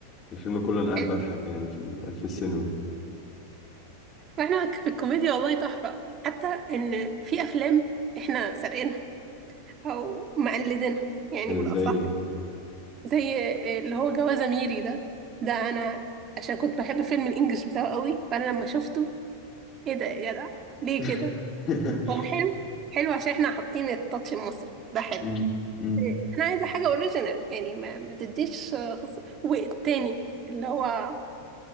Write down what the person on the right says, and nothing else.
حلو.
احنا في الكوميديا والله تحفة حتى ان في افلام احنا سارقينها او مقلدينها يعني
بالاصح
زي آه، اللي هو جوازة ميري ده ده انا عشان كنت بحب فيلم الانجليش بتاعه قوي فانا لما شفته ايه ده يا جدع ليه
كده هو حلو حلو عشان احنا حاطين التاتش المصري ده حلو
انا عايزه حاجه اوريجينال يعني ما ما تديش خص... والتاني اللي هو